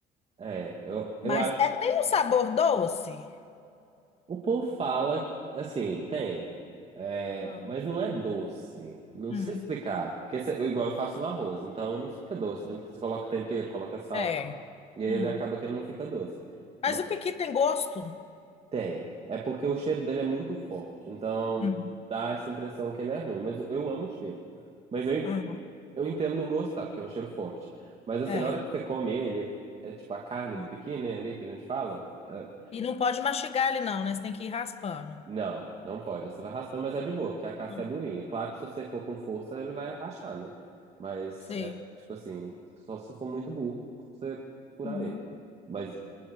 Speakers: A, on the right; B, on the left.
A: É, eu, eu
B: Mas
A: acho.
B: é, tem um sabor doce?
A: O povo fala, assim, tem. é,
B: Ah.
A: mas não é doce. Não
B: Hum.
A: sei explicar. Porque cê- igual eu faço no arroz, então não fica doce, né? Porque você coloca tempero, coloca sal.
B: É.
A: E aí
B: Hum.
A: ele acaba que ele não fica doce.
B: Mas
A: Ma-
B: o piqui tem gosto?
A: tem. É porque o cheiro dele é muito forte. Então
B: Hum.
A: dá essa impressão que ele é ruim. Mas eu amo o cheiro. Mas eu,
B: Hum.
A: Eu entendo não gostar, porque é um cheiro forte. Mas assim,
B: É.
A: na hora que você come ele, ele- é tipo a carne
B: Hum.
A: do pequi, né, ali que a gente fala. é,
B: E não pode mastigar ele não, né? Você tem que ir raspando.
A: não, não pode. Você vai raspando, mas é de boa, porque a casca
B: Hum.
A: é durinha. Claro que se você for com força, ele vai rachar, né? Mas
B: Sei.
A: é tipo assim, só se você for muito burro, você furar
B: Uhum.
A: ele. Mas